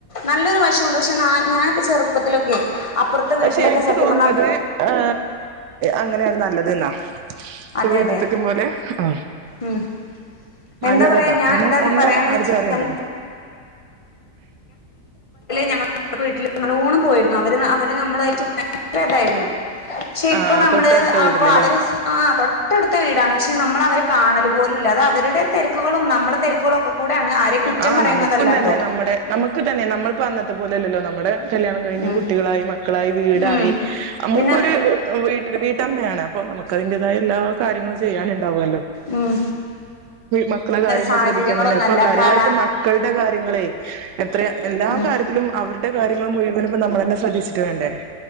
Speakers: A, on the left; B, on the right.
A: നല്ലൊരു വശമുണ്ട് പക്ഷെ ഞ ഞാനിപ്പ ചെറുപ്പത്തിലൊക്കെ അപ്പുറത്തെ
B: പക്ഷെ
A: വീട്ടിലൊക്കെ
B: എനിക്ക്
A: സത്യം
B: തോന്നുന്നത്
A: പറഞ്ഞാ
B: ആ അങ്ങനെയാണ് നല്ലത് എന്നാ ഇപ്പ
A: അതെ
B: വീട്ട്ത്തക്കും
A: അതെ
B: പോലെ ആ
A: ഉം എന്താ
B: നല്ലത
A: പറയാ
B: താ
A: ഞാൻ
B: കാരണം
A: എന്താന്ന്
B: ഒന്നും
A: പറയാന്ന്
B: ആരതും
A: വെച്ചാല്
B: അറിയണ്ടല്ലോ
A: ഞ വീട്ടില് നല്ലോണം പോയിരുന്നു അവര് അവര് നമ്മളായിട്ട് ഭയങ്കരതായിരുന്നു പക്ഷെ
B: ആ
A: ഇപ്പൊ നമ്മള്
B: തൊട്ടടുത്ത
A: അപ്പൊ
B: വീട്ടിലല്ലേ
A: അവര് ആ തൊട്ടടുത്ത വീടാണ് പക്ഷെ നമ്മള് അവരെ കാണലും അതുപോലുല്ല അത് അവരുടെ തിരക്കുകളും നമ്മുടെ തിരക്കുകളും ഒക്കെ കൂടെയാണ് ആരെയും കുറ്റം
B: ആ
A: പറയുന്നതല്ലാട്ടോ
B: നമുക്കും തന്നെ നമ്മുടെ നമുക്ക് തന്നെ നമ്മൾപ്പോ അന്നത്തെ പോലെ ല്ലല്ലോ നമ്മടെ കല്യാണം കഴിഞ്ഞു
A: ഉം
B: കുട്ടികളായി മക്കളായി വീടായി
A: ഉം
B: നമ്മളിപ്പോ
A: പിന്നെ
B: ഒരു വീട്ടില് വ ട്ടഅമ്മയാണ് അപ്പോ നമുക്ക് അതിന്റേതായ എല്ലാ കാര്യങ്ങളും ചെയ്യാനു ണ്ടാവോല്ലോ
A: ഉം
B: മക്കളെ കാര്യങ്ങൾ
A: സാഹചര്യങ്ങളൊന്നല്ല
B: ശ്രദ്ധിക്കാൻ തന്നെ ഇപ്പൊ കാര്യമായിട്ട്
A: കാല
B: മക്കളുടെ കാര്യങ്ങളെ എത്ര എല്ലാ
A: ഉം
B: കാര്യത്തിലും അവരുടെ കാര്യങ്ങൾ മുഴുവനുംപ്പോ നമ്മളെന്നെ ശ്രദ്ധിച്ചിട്ട് വേണ്ടേ